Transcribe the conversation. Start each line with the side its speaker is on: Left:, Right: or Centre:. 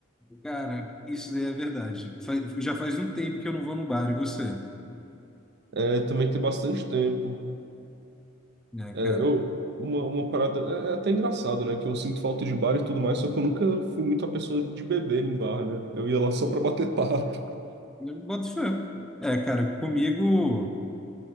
Centre: cara, isso daí é verdade. Fa- Já faz um tempo que eu não vou no bar, e você?
Right: É, também tem bastante tempo.
Centre: né, cara,
Right: É, eu, uma, uma parada. É, é até engraçado, né? Que eu sinto falta de bar e tudo mais, só que eu nunca fui muito a pessoa de beber em bar, né? Eu ia lá só pra bater <laughs> papo.
Centre: eu não boto fé. É, cara, comigo.